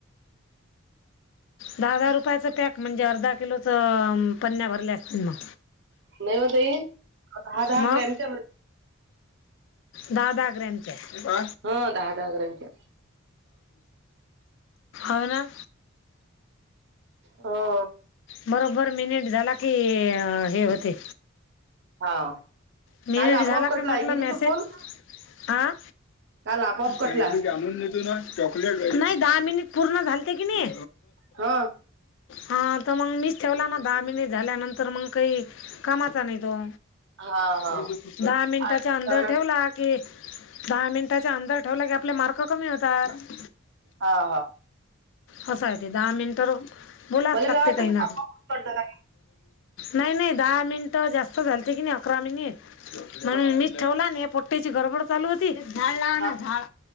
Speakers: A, on the left; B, on the right.
A: दहा दहा रुपयाच पॅक म्हणजे, अर्धा किलोचं पन्न्या भरले असतील मग?
B: नाही मते दहा दहा
A: मग
B: ग्रॅमच्या
A: दहा भाकऱ्या च्या
B: हं ग्रॅमच्या.
A: होव ना.
B: हो.
A: बरोबर मिनिट झाला की हे हे होते.
B: हाओ न
A: मिनिट
B: काल आपोआप
A: झाला का
B: कटला
A: म्हटलं
B: आहे की नाही
A: मेसेज
B: तो फोन?
A: हा
B: काल आपोआप कटला.
A: काय तू जाणून देतोय ना? चॉकलेट नाही दहा मिनिट पूर्ण झालते की नाही.
B: हं.
A: हा तर मग मीच ठेवला ना दहा मिनिट झाल्यानंतर मग काही कामाचा नाही तो.
B: हां, हां.
A: दहा मिनटां
B: आठ सत्तावन्न
A: च अंदर ठेव ला की. दहा मिनिटाच्या अंदर ठेवला की आपले मार्क कमी होतात.
B: हा हा
A: होसयती दहा मिन. तर बोलाच
B: मला
A: लागते
B: काय वाटतं
A: का ना
B: आपोआप करतात
A: नाही नाही दहा मिन. जास्त झालते की नाही अकरा मिनिट म्हणून
B: हा
A: मीच ठेवला आणि पोट्ट्याची गडबड चालू होती. झाड लाव ना
B: हा
A: झाड